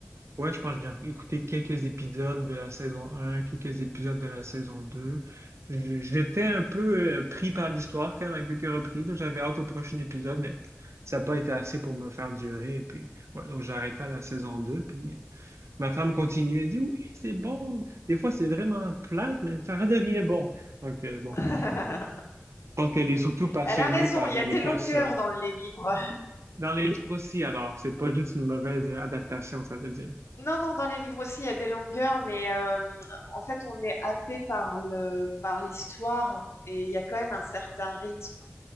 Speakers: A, on the right (about 90°); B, on the left (about 75°).
A: ouais, je pense que j'ai écouté quelques épisodes de la saison un, quelques épisodes de la saison 2. J- J'étais un peu euh, pris par l'histoire quand même à quelques reprises. J'avais hâte au prochain épisode, mais ça n'a pas été assez pour me faire durer. Et puis, ouais, donc j'ai arrêté à la saison 2. Puis euh, ma femme continue. Elle dit oui, c'est bon. Des fois, c'est vraiment plate, mais ça redevient bon. Donc, euh, bon.
B: <laughs>
A: Je pense qu'elle est surtout passionnée
B: Elle a raison,
A: par
B: il y
A: euh,
B: a
A: l'Écosse.
B: des longueurs dans les livres.
A: Dans les livres aussi, alors, c'est pas juste une mauvaise adaptation, ça veut dire.
B: Non, non, dans les livres aussi, il y a des longueurs, mais euh, en fait, on est happé par le, par l'histoire et il y a quand même un certain rythme.